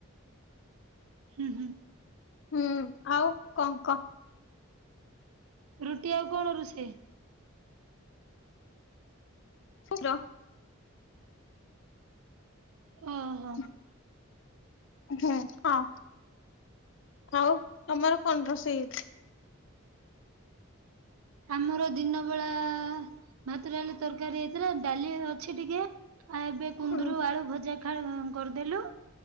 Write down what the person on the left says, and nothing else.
ହୁଁ ଆଉ କଣ କହ?
ଲୋ
<unintelligible> ହୁଁ ହଁ। ଆଉ ତମର କଣ୍ ରୋଷେଇ ହେଇଚି?
ହୁଁ